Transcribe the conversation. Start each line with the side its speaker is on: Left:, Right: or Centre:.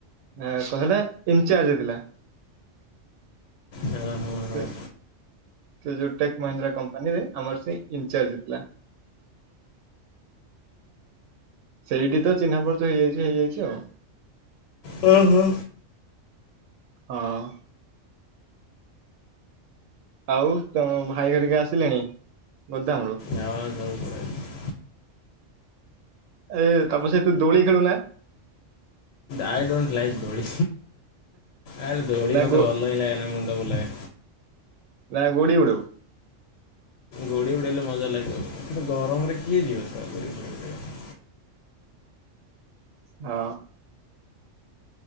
Right: କ ସେଟା ଇନଚାର୍ଜ ଥିଲା।
Left: ହଁ ହଁ ହଁ।
Right: ସେ ଯୋଉ ଟେକ୍ ମେହେନ୍ଦ୍ରା କପାନୀରେ ଆମର ସେ ଇନଚାର୍ଜ ଥିଲା। ସେଇଠି ତ ଚିହ୍ନା ପରିଚୟ ହେଇଯାଇଚି ହେଇଯାଇଚି ଆଉ।
Left: ହଁ ହଁ।
Right: ହଁ। ଆଉ ତୋ ଭାଇ ହେରିକି ଆସିଲେଣି ଗୋଦାମରୁ?
Left: ହଁ ସବୁ ବଢ଼ିଆ
Right: ଏଇ ତାମେ ସେ ତୁ ଦୋଳି ଖେଳୁନା।
Left: ଆଇ ଡୋଣ୍ଟ ଲାଇକ୍ ଦୋଳି ଆରେ ଦୋଳି
Right: ନା
Left: ମତେ
Right: ଗୋ
Left: ଭଲ ହିଁ ଲାଗେନା ମୁଣ୍ଡ ବୁଲାଏ।
Right: <unintelligible>
Left: ଗୋଡି ଉଡେଇଲେ ମଜା ଲାଗିବ କିନ୍ତୁ ଗରମରେ କିଏ ଯିବ <unintelligible>
Right: ହଁ।